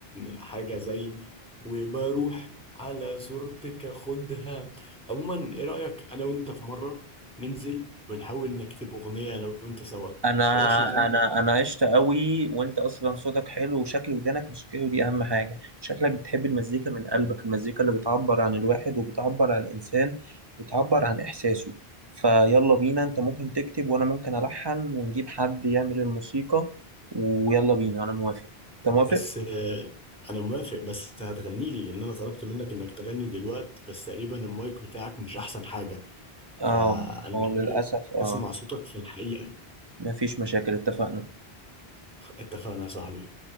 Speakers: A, in the centre; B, on the right.
A: حاجة زي وبروح على صورتك اخدها عموما ايه رأيك انا وانت في مرة ننزل ونحاول نكتب اغنية انا وانت سوا
B: انا
A: بلاش نغني
B: انا انا عشت قوي وانت اصلا صوتك حلو وشكل ودانك موسيقية ودي اهم حاجة شكلك بتحب المزيكا من قلبك المزيكا اللي بتعبر عن الواحد وبتعبر عن الانسان وبتعبر عن احساسه فيلا بينا انت ممكن تكتب وانا ممكن الحن ونجيب حد يعمل الموسيقى ويلا بينا انا موافق انت موافق
A: بس آه، انا موافق بس هتغني لي لان انا طلبت منك انك تغني دلوقتي بس تقريبا المايك بتاعك مش احسن حاجة
B: اه
A: فانا
B: ما
A: محتاج
B: هو للاسف اه
A: اسمع صوتك في الحقيقة
B: مفيش مشاكل اتفقنا
A: اتفقنا يا صاحبي